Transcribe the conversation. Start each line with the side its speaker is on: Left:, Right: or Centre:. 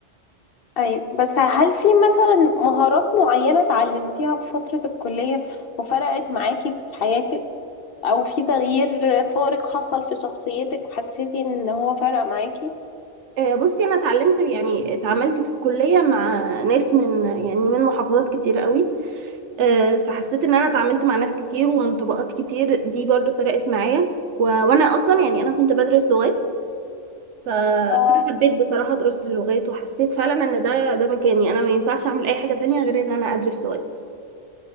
Left: أيوة. بس هل في مثلا مهارات معينة اتعلمتيها في فترة الكلية وفرقت معاكي في حياتك أو في تغيير فارق حصل في شخصيتك وحسيتي إن هو فرق معاكي؟
Right: آه، بصي انا اتعلمت يعني اتعاملت في الكلية مع ناس من يعني من محافظات كتير قوي آه، فحسيت ان انا اتعاملت مع ناس كتير ومن طبقات كتير دي برضو فرقت معايا و... وانا اصلا يعني انا كنت بدرس لغات فانا
Left: اه
Right: حبيت بصراحة دراسة اللغات وحسيت فعلا ان ده ده مكاني انا ما ينفعش اعمل اي حاجة تانية غير ان انا ادرس لغات